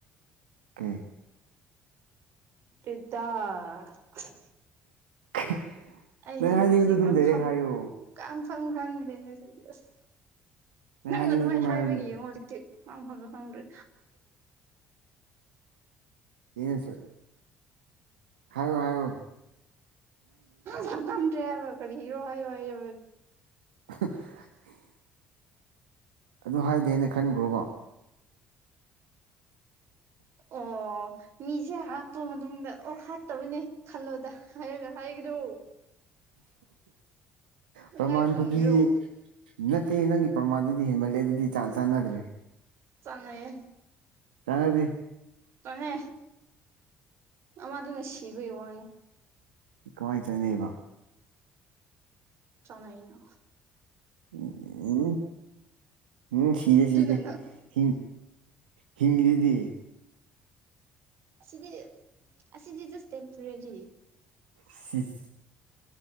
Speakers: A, on the right; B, on the right.
A: ꯀꯦ <unintelligible> <inaudible>
B: ꯏꯗ <inaudible>
A: <unintelligible> <inaudible>
B: ꯑꯩꯁꯦ
A: ꯅꯪ ꯍꯥꯏꯅꯤꯡꯕꯗꯣ
B: ꯉꯁꯤ
A: ꯑꯗꯨꯝ
B: ꯉꯥꯡꯐꯝ
A: ꯗꯥꯏꯔꯦꯛ ꯍꯥꯏꯌꯣ
B: ꯉꯥꯡꯐꯝ ꯈꯪꯗꯦ ꯉꯁꯤ ꯑꯁ ꯅꯪ
A: ꯍꯥꯏꯅꯤꯡꯕ
B: ꯑꯗꯨꯃꯥꯏꯅ
A: ꯑꯗꯨꯝ
B: ꯍꯥꯏꯕꯒꯤ
A: ꯍꯥꯏꯔꯅꯤ
B: ꯌꯦꯡꯉꯣ ꯍꯧꯖꯤꯛꯇꯤ ꯃ ꯐꯕ ꯈꯪꯗ꯭ꯔꯦ
A: ꯌꯦꯅꯦ ꯆꯦ <inaudible> <unintelligible> ꯍꯥꯏꯌꯣ ꯍꯥꯏꯌꯣ
B: ꯁ ꯈꯟꯗ꯭ꯔꯦ ꯍꯥꯏꯕ ꯀꯔꯤ ꯍꯤꯔꯣ ꯍꯥꯏꯌꯣ ꯍꯥꯏꯌ
A: <unintelligible> <inaudible> ꯑꯗꯨ ꯍꯥꯏꯗꯦꯅ ꯈꯟꯈ꯭ꯔꯣꯕꯣ <unintelligible> <inaudible>
B: ꯑꯣ ꯃꯤꯁꯦ ꯍꯥꯠꯇꯣ ꯃꯇꯨꯡꯗ ꯑꯣ ꯍꯥꯠꯇꯕꯅꯦ ꯈꯜꯂꯣꯗ ꯍꯥꯏꯔꯒ ꯍꯥꯏ ꯍ ꯑꯗꯨ
A: ꯄ꯭ꯔꯃꯥꯟ
B: ꯉꯥꯏꯕ
A: ꯈꯨꯕꯤ
B: ꯉꯝꯒꯦꯔꯣ
A: ꯅꯠꯇꯦ ꯅꯪꯒꯤ ꯄ꯭ꯔꯃꯥꯟꯗꯨꯗꯤ ꯗꯤ ꯍꯦꯃꯂꯗꯗꯤ ꯆꯥꯟꯅꯗ꯭ꯔꯦ
B: ꯆꯉꯌꯦ
A: ꯆꯉꯗꯤ
B: ꯇꯃꯦ ꯑ ꯑꯗꯨꯅ ꯁꯤꯕꯩ ꯋꯥꯅꯦ
A: ꯀꯃꯥꯏꯅ ꯆꯅꯤꯕ
B: ꯆꯉꯥꯏꯅ
A: ꯎꯝ ꯎꯝ ꯁꯤꯤꯗꯦ
B: ꯑꯗꯨꯅ
A: ꯁꯤꯤꯗꯦ
B: ꯅꯪ
A: ꯍ ꯍꯤꯡꯃꯤꯗꯤ
B: ꯑꯁꯤꯗꯤ ꯑꯁꯤ ꯁꯤꯗꯤꯁ ꯇꯦꯝꯄꯣꯔꯔꯤ
A: ꯁꯤ <inaudible>